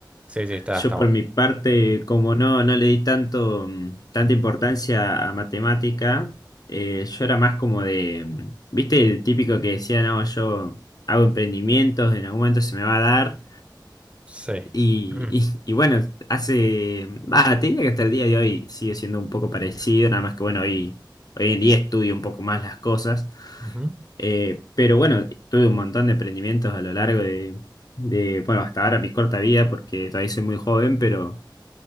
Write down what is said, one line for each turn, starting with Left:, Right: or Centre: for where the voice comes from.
Right: Sí, sí, está,
Left: Yo
Right: está bueno.
Left: por mi parte,
Right: Mm,
Left: como no, no le di tanto, mm, tanta importancia a matemática, eh, yo era más como de, mm, viste, el típico que decía, no, yo hago emprendimientos, en algún momento se me va a dar.
Right: Sí.
Left: Y,
Right: Mm,
Left: <laughs> y- y bueno, hace, va, te diría que hasta el día de hoy sigue siendo un poco parecido, nada más que bueno, hoy, hoy en día estudio un poco más las cosas.
Right: ujú.
Left: Eh, pero bueno, tuve un montón de emprendimientos a lo largo de, de, bueno, hasta ahora mi corta vida, porque todavía soy muy joven, pero...